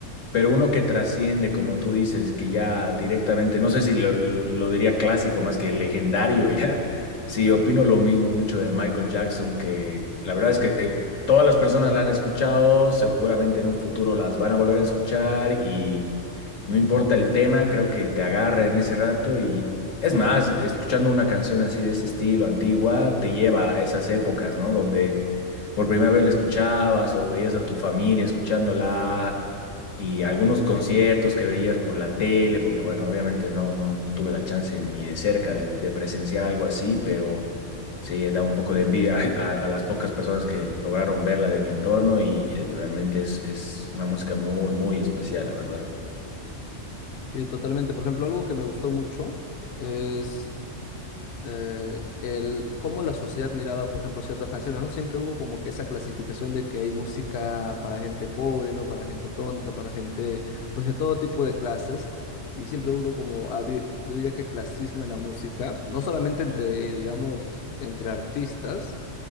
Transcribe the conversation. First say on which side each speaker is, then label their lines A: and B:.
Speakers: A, on the left (about 80°); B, on the left (about 60°).
A: pero uno que trasciende, como tú dices, que ya directamente, no sé si lo, lo diría clásico más que legendario ya, <laughs> sí, opino lo mismo mucho de Michael Jackson, que la verdad es que todas las personas la han escuchado, seguramente en un futuro las van a volver a escuchar y no importa el tema, creo que te agarra en ese rato y... Es más, escuchando una canción así de ese estilo antigua, te lleva a esas épocas, ¿no? Donde por primera vez la escuchabas o veías a tu familia escuchándola y algunos conciertos que veías por la tele, porque bueno, obviamente no, no, no tuve la chance ni de cerca de, de presenciar algo así, pero sí, da un poco de envidia <laughs> a, a las pocas personas que lograron verla de mi entorno y eh, realmente es, es una música muy, muy especial, la verdad.
B: Sí, totalmente. Por ejemplo, algo que me gustó mucho es eh, el cómo la sociedad miraba, por ejemplo, ciertas canciones, ¿no? Siempre hubo como que esa clasificación de que hay música para gente pobre, ¿no? Para gente tonta, para gente, pues de todo tipo de clases. Y siempre hubo como, ah, di- yo diría que clasismo en la música, no solamente entre, digamos, entre artistas,